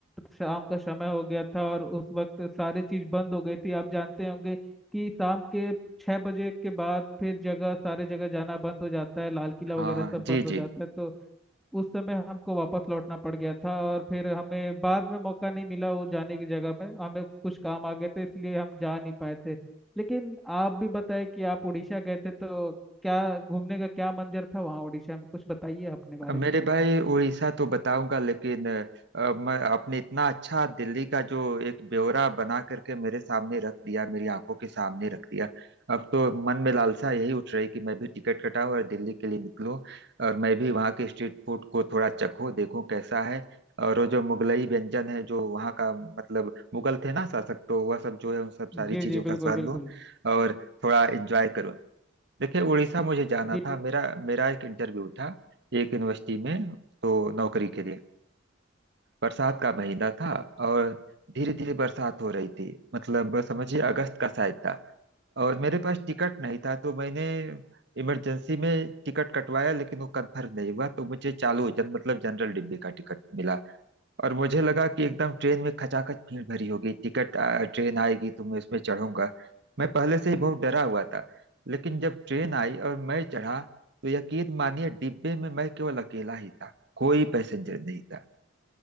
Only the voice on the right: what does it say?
हाँ
हाँ
जी
जी
अब मेरे
भाई उड़ीसा तो बताऊंगा लेकिन अ, मैं आपने इतना अच्छा दिल्ली का जो एक ब्यौरा बना करके मेरे सामने रख दिया मेरी आंखों के सामने रख दिया अब तो मन में लालसा यही उठ रही कि मैं भी टिकट कटाऊं और दिल्ली के लिए निकलूं और मैं भी वहाँ के स्ट्रीट फूड को थोड़ा चखूं देखूं कैसा है और वो जो मुगलई व्यंजन है जो वहाँ का मतलब मुगल थे ना शासक तो वह सब जो है उन सब सारी
चीजों
का स्वाद
लूं और थोड़ा एंजॉय करूं देखिए उड़ीसा मुझे जाना
था मेरा मेरा एक इंटरव्यू था एक यूनिवर्सिटी में तो नौकरी के लिए बरसात का महीना था और धीरे धीरे बरसात हो रही थी मतलब समझिए अगस्त का शायद था और मेरे पास टिकट नहीं था तो मैंने इमरजेंसी में टिकट कटवाया लेकिन वो कंफर्म नहीं हुआ तो मुझे चालू जन मतलब जनरल डिब्बे का टिकट मिला और मुझे लगा कि एकदम ट्रेन में खचाखच भीड़ भरी होगी टिकट आ, ट्रेन आएगी तो मैं इसमें चढ़ूंगा मैं पहले से ही बहुत डरा हुआ था लेकिन जब ट्रेन आई और मैं चढ़ा तो यकीन मानिए डिब्बे में मैं केवल अकेला ही था कोई पैसेंजर नहीं था